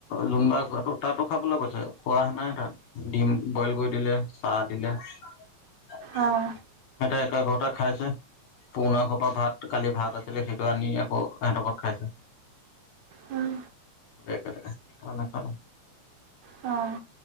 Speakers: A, on the left; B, on the right.
A: যোনবাৰ তাতো খাবলৈ গৈছে খোৱা নাই তাত দিম বইল কৰি দিলে। চাহ দিলে সিহঁতে
B: অঁ
A: একে ঘৰতে খাইছে। পুৰণা খোপা ভাত কালি ভাত আছিলে। সেইটো আনি আকৌ সিহঁতৰ ঘৰত খাইছে।
B: উম
A: একেলগে খানা খালো।
B: অ'